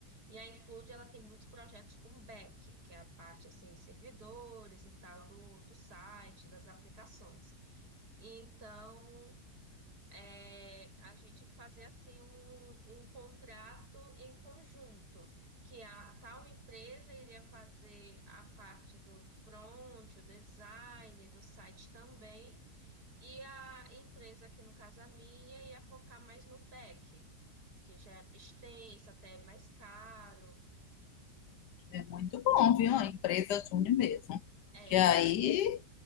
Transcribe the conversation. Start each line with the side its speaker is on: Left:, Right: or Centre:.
Right: E a Include, ela tem muitos projetos com back, que é a parte assim, servidores e tal do, do site, das aplicações. Então, é, a gente fazer assim um, um contrato em conjunto, que a tal empresa iria fazer a parte do front, o design do site também, e a empresa, que no caso a minha, ia focar mais no back, que já é extensa, até é mais caro.
Left: É muito bom, viu? A empresa Júnior mesmo.
Right: É,
Left: Que aí